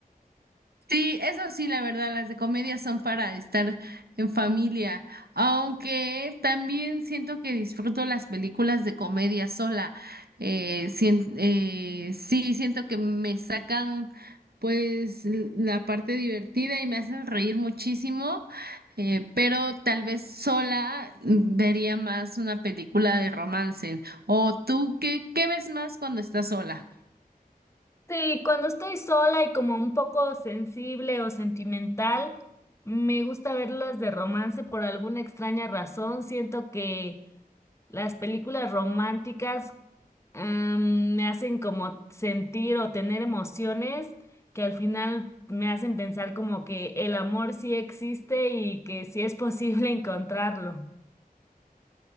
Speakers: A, on the right (about 90°); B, on the left (about 20°).
A: Sí, eso sí, la verdad, las de comedia son para estar en familia, aunque también siento que disfruto las películas de comedia sola. Eh, sien- eh, sí, siento que me sacan pues l- la parte divertida y me hacen reír muchísimo, eh, pero tal vez sola vería más una película de romance. ¿O tú qué, qué ves más cuando estás sola?
B: Sí, cuando estoy sola y como un poco sensible o sentimental, me gusta verlas de romance por alguna extraña razón. Siento que las películas románticas am, me hacen como sentir o tener emociones que al final me hacen pensar como que el amor sí existe y que sí es <laughs> posible encontrarlo.